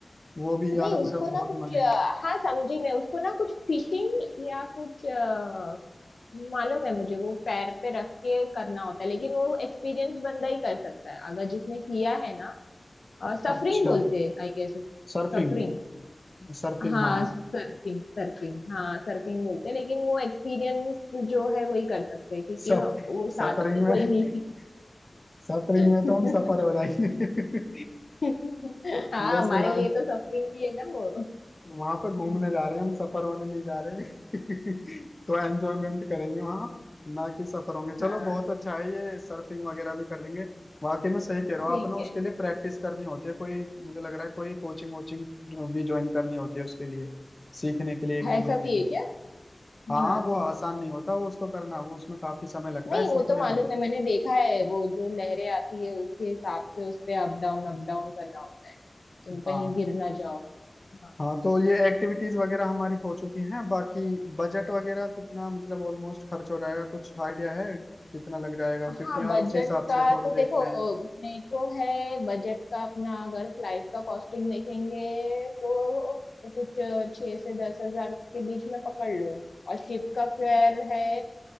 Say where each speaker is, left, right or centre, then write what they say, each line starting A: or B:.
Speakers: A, on the left; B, on the left.
A: वो भी
B: नहीं
A: यार
B: उसको
A: मेरा
B: ना
A: बहुत
B: कुछ
A: मन है
B: अ, हाँ समझी मैं उसको ना कुछ फिशिंग या कुछ अ, मालूम है मुझे वो पैर पे रख के करना होता है लेकिन वो एक्सपीरियंस बंदा ही कर सकता है अगर जिसने किया है ना सफरिंग
A: अच्छा
B: बोलते हैं आई गेस
A: सर्फिंग
B: सफरिंग
A: सर्फिंग
B: हाँ
A: हाँ
B: सर्फिंग सर्फिंग हाँ सर्फिंग बोलते हैं लेकिन वो एक्सपीरियंस जो है वही कर सकते हैं क्योंकि
A: सब
B: वो साथ
A: सफरिंग
B: में
A: में
B: कोई नहीं
A: सफरिंग
B: है।
A: में तो हम सफर हो जाएंगे
B: <laughs> हाँ
A: वैसे
B: हमारे
A: लाइफ
B: लिए तो सफरिंग ही है ना वो
A: वहां पे घूमने
B: <laughs>
A: जा रहे हैं हम सफर होने नहीं जा रहे हैं। <laughs> तो एंजॉयमेंट करेंगे वहां ना कि सफर होंगे चलो
B: हाँ
A: बहुत अच्छा है ये सर्फिंग वगैरह भी कर लेंगे वाकई में सही कह रहे
B: ठीक
A: हो आप ना उसके
B: है
A: लिए प्रैक्टिस करनी होती है कोई मुझे लग रहा है कोई कोचिंग वोचिंग जो भी ज्वाइन करनी होती है उसके लिए सीखने के लिए एक दो
B: ऐसा
A: महीने
B: भी
A: की
B: है क्या
A: हाँ
B: हाँ
A: वो आसान नहीं होता वो उसको करना वो उसमें काफी समय लगता
B: नहीं
A: है सीखने
B: वो तो मालूम
A: में
B: है मैंने देखा है वो जो लहरें आती है उसके हिसाब से उस पे अप डाउन अप डाउन करना होता है तुम
A: हाँ
B: कहीं गिर ना जाओ हाँ।
A: हाँ तो ये एक्टिविटीज वगैरह हमारी हो चुकी हैं बाकी बजट वगैरह कितना मतलब ऑलमोस्ट खर्च हो जाएगा कुछ आइडिया है कितना लग जाएगा क्योंकि
B: हाँ
A: यार
B: बजट
A: उसी हिसाब
B: का
A: से थोड़ा
B: तो देखो
A: देखते हैं
B: मेरे को है बजट का अपना अगर फ्लाइट का कॉस्टिंग देखेंगे तो कुछ छह से दस हजार के बीच में पकड़ लो और शिप का फेयर है